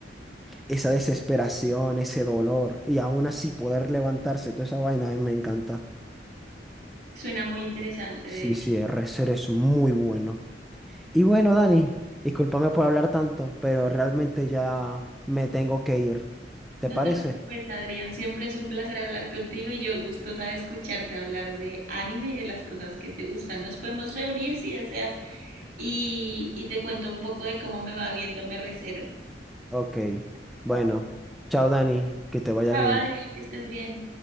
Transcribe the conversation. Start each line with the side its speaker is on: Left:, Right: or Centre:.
Centre: Esa desesperación, ese dolor, y aún así poder levantarse, toda esa vaina, a mí me encanta.
Right: Suena muy interesante,
Centre: Sí,
Right: de hecho.
Centre: sí, Re:Zero es muy bueno. Y bueno, Dani, discúlpame por hablar tanto, pero realmente ya me tengo que ir. ¿Te
Right: No
Centre: parece?
Right: te preocupes, Adrián. Siempre es un placer hablar contigo y yo gustosa de escucharte hablar de anime y de las cosas que te gustan. Nos podemos reunir si deseas y, y te cuento un poco de cómo me va viendo Me Recero.
Centre: Ok. Bueno, chao, Dani, que te vaya
Right: Chao,
Centre: bien.
Right: Adrián, que estés bien.